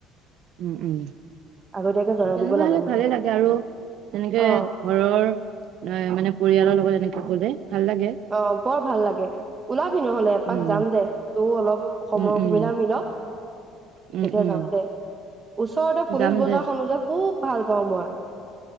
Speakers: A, on the right; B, on the right.
A: উম উম,
B: আগতীয়াকে জনাই
A: তেনেকুৱা
B: দিব লাগে
A: হ'লে
B: মুঠতে
A: ভালে লাগে, আৰু তেনেকে
B: অ
A: ঘৰৰ, এ মানে, পৰিয়ালৰ লগত এনেকে গ'লে, ভাল লাগে।
B: অ', বৰ ভাল লাগে। ওলাবি নহ'লে, এপাক
A: উম
B: যাম দে, তও অলপ সময়
A: উম উম
B: সুবিধা মিলক।
A: উম
B: তেতিয়া
A: উম
B: যাম দে, ওচৰতে পুলিচ
A: যাম
B: বজাৰখনো
A: দে
B: যে খুব ভাল পাওঁ মই,